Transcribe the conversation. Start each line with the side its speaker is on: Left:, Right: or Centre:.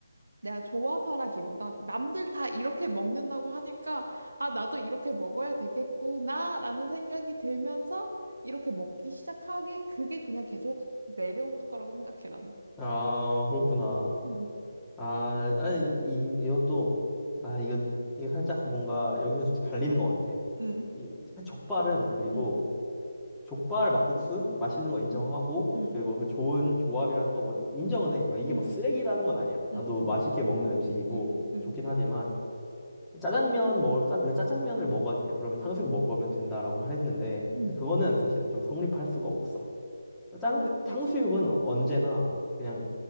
Right: 내가 좋아서라기보단 남들 다 이렇게 먹는다고 하니까 아 나도 이렇게 먹어야 되겠구나라는 생각이 들면서 이렇게 먹기 시작하게 그게 그냥 계속 내려오는 거라고 생각해 나는.
Centre: 아, 그렇구나.
Right: 응,
Centre: 아, 아니, 이, 이것도, 아, 이거, 이거 살짝 뭔가 여기서 좀 갈리는 것 같아.
Right: 응,
Centre: 이, 족발은 그리고
Right: 응.
Centre: 족발 막국수 맛있는 거 인정하고
Right: 응,
Centre: 그리고 그 좋은 조합이라는 거 뭐 인정은 해. 막 이게
Right: 응,
Centre: 뭐 쓰레기라는 건 아니야.
Right: 응,
Centre: 나도 맛있게 먹는 음식이고
Right: 응, 응,
Centre: 좋긴 하지만 짜장면 뭐, 짜, 왜 짜장면을 먹어야 되냐? 그러면 탕수육 먹으면 된다라고 말했는데
Right: 응.
Centre: 근데 그거는 사실 좀 성립할 수가 없어. 짜장
Right: 왜, 왜지?
Centre: 탕수육은 언제나 그냥